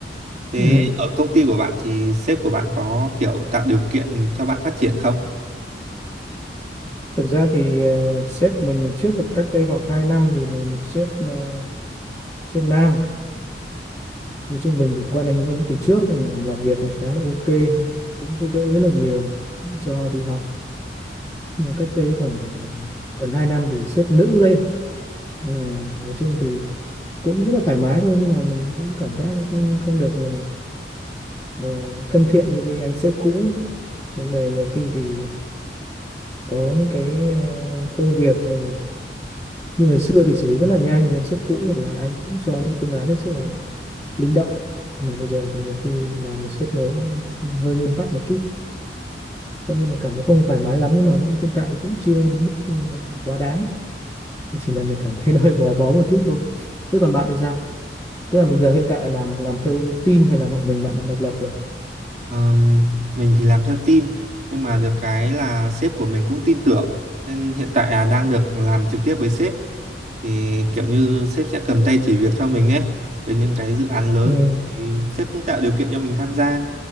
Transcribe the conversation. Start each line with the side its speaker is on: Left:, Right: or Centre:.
Right: Thế
Left: Ừ.
Right: ở công ty của bạn thì sếp của bạn có kiểu tạo điều kiện cho bạn phát triển không?
Left: Thực ra thì ờ, sếp của mình trước là cách đây khoảng 2 năm thì là một sếp mà sếp nam nói chung mình thì quen anh ấy từ trước nên là làm việc nó khá là ok cũng giúp đỡ rất là nhiều cho đi học nhưng mà cách đây khoảng gần 2 năm thì xếp nữ lên là nói chung thì cũng rất là thoải mái thôi nhưng mà mình cũng cảm giác nó không, không được ờ, ờ, thân thiện như cái anh sếp cũ nên là nhiều khi thì có những cái ờ, công việc thì như ngày xưa thì xử lý rất là nhanh với anh sếp cũ hoặc là anh cũng cho những phương án hết sức là linh động mà bây giờ thì nhiều khi làm một sếp mới nó hơi nguyên tắc một chút tất nhiên là cảm thấy không thoải mái lắm nhưng mà vẫn hiện tại cũng chưa đến mức quá đáng Thế chỉ là mình cảm thấy <laughs> nó hơi gò bó một chút thôi thế còn bạn thì sao tức là bây giờ hiện tại là làm làm theo team hay là một mình bạn làm độc lập rồi
Right: Ờm, mình thì làm theo team nhưng mà được cái là sếp của mình cũng tin tưởng nên hiện tại là đang được làm trực tiếp với sếp thì kiểu như sếp sẽ cầm tay chỉ việc cho mình ấy với những cái dự án lớn
Left: ừ
Right: thì sếp cũng tạo điều kiện cho mình tham gia